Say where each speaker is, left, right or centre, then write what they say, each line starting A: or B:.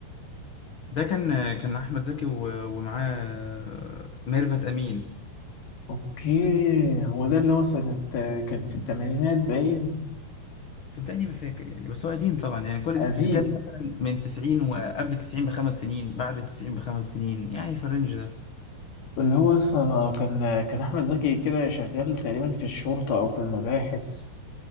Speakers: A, on the left; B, on the left.
A: ده كان كان احمد زكي و- ومعاه ميرفت امين
B: اوكي هو ده اللي هو سنة كان في الثمانينات باين
A: صدقني ما فاكر يعني بس هو قديم طبعا يعني كل
B: قديم
A: دي انت بتتكلم مثلا من 90 وقبل 90 بخمس سنين بعد 90 بخمس سنين يعني في الرينج ده
B: اللي هو اصلا كان كان احمد زكي كده شغال تقريبا في الشرطة او في المباحث